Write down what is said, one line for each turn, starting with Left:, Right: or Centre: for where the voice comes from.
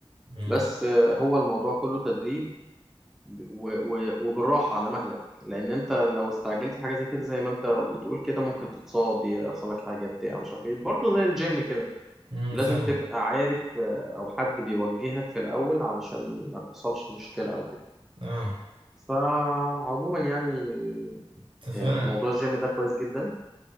Right: مم.
Centre: بس آه، هو الموضوع كله تدريب و- و- وبالراحة على مهلك لان انت لو استعجلت في حاجة زي كده زي ما انت بتقول كده ممكن تتصاب يحصل لك حاجة بتاع مش عارف ايه برضه زي الجيم كده
Right: مم.
Centre: لازم
Right: فاهمة
Centre: تبقى عارف آه، او حد بيوجهك في الاول علشان ما تحصلش مشكلة او كده
Right: اه
Centre: فعموما يعني
Right: اتفقنا
Centre: آه، موضوع الجيم ده كويس جدا